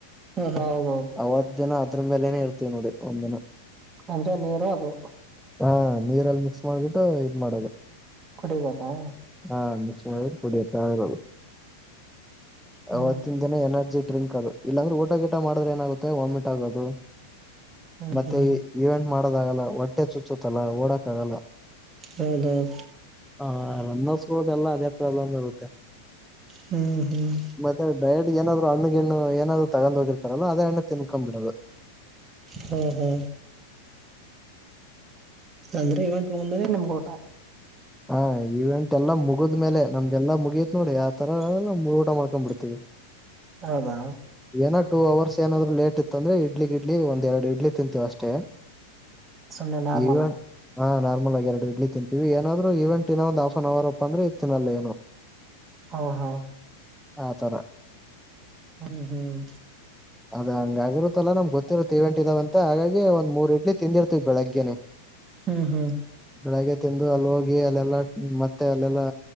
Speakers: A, on the right; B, in the centre.
A: ಹ್ಮ ಹೌ ಹೌದು
B: ಅವತ್ ದಿನ ಅದ್ರ ಮೇಲೆೇನೇ ಇರ್ತತಿವಿ ನೋಡಿ ಒಂದ್ ದಿನ
A: ಅಂದ್ರೆ ನೀರು ಅದು
B: ಹಾ ನೀರಲ್ಲಿ ಮಿಕ್ಸ್ ಮಾಡ್ಬಿಟ್ಟು ಇದ್ ಮಾಡೋದು
A: ಕುಡಿಬೇಕಾ
B: ಹಾ ಕುಡಿತಾ ಇರೋದು
A: ಹ್ಮ್
B: ಅವವತ್ತಿನ ದಿನ ಏನಾರ ಜ ಡ್ರಿಂಕ್ ಅದು ಇಲ್ಲಾಂದ್ರೆ ಊಟ ಗೀಟ ಮಾಡಿದ್ರ ಏನಾಗುತ್ತೆ ವಾಮಿಟ್ ಆಗೋದು
A: ಹ್ಮ್
B: ಮತ್ತೆ
A: ಹ್ಮ್
B: ಇವೆಂಟ್ ಮಾಡೋದಾಗಲ್ಲ ಹೊಟ್ಟೆ ಚುಚ್ಚತ್ತಲ್ಲ ಓಡಕ ಆಗಲ್ಲ
A: ಹೌದೌದು
B: ಹ ರನ್ನ ಸ್ಕೂಲ್ದೆಲ್ಲಾ ಅದೇ ಪ್ರಾಬ್ಲಮ್ ಇರುತ್ತೆ
A: ಹ್ಮ್ ಹ್ಮ್
B: ಮತ್ತೆ ಡಯಟ್ ಏನಾದ್ರು ಹಣ್ಣಗೆಣು ಏನಾದ್ರು ತಗೊಂಡ್ ಹೋಗಿರ್ತಾರಲ್ಲ ಅದ ಹಣ್ಣ ತಿನ್ಕೊ ಬಿಡೋದು
A: ಹಾ ಹಾ ಅಂದ್ರೆ ಇವೆಂಟ್ ಮುಂದನನೆ ನಿಮ್ಗ ಊಟ
B: ಹಾ ಈವೆಂಟ್ ಎಲ್ಲಾ ಮುಗುದ್ಮೇಲೆ ನಮ್ಗೆಲ್ಲ ಮುಗತ್ ನೋಡಿ ಆತರ ನಮ್ ಊಟ ಮಾಡ್ಕೊಂಡ್ ಬಿಿಡ್ತೀವಿ
A: ಹೌದಾ
B: ಏನ ಟೂ ಅವರ್ಸ್ ಏನಾದ್ರು ಲೇಟ್ ಇತ್ತ ಅಂದ್ರೆ ಇಡ್ಲಿ ಗ ಇಡ್ಲಿ ಒಂದ್ ಎರಡು ಇಡ್ಲಿ ತಿಂತೀವ ಅಷ್ಟೇ
A: ಸುಮ್ನೆ ನಾರ್ಮಲ್
B: ಈವನ್
A: ಆಗಿ
B: ಹಾ ಎರಡು ಇಡ್ಲಿ ತಿಂತೀವಿ ಏನಾದ್ರು ಇವೆಂಟ್ ಇನ್ನ ಒಂದ್ ಆಫ್ನ್ ಅವರ್ ಅಪ್ಪ ಅಂದ್ರೆ ಇ ತಿನ್ನಲ್ಲ ಏನು
A: ಹಾ ಹಾ
B: ಆ ತರ
A: ಹ್ಮ್ ಹ್ಮ್
B: ಅದ ಹಂಗಾಗಿರುತ್ತಲ್ಲ ನಮ್ ಗೊತ್ತಿರುತ್ತೆ ಇವೆಂಟ್ ಇದಾವ ಅಂತ ಹಾಗಾಗಿ ಒಂದ್ ಮೂರ್ ಇಡ್ಲಿ ತಿಂದಿರ್ತವಿ ಬೆಳಗ್ಗೆೇನೆ
A: ಹ್ಮ್ ಹ್ಮ್
B: ಬೆಳಗ್ಗೆ ತಿಂದು ಅಲ್ ಹೋಗ್ ಹಾಗ ಅಲ್ಲೆಲ್ಲಾ ಮತ್ತೆ ಅಲ್ಲೆಲ್ಲಾ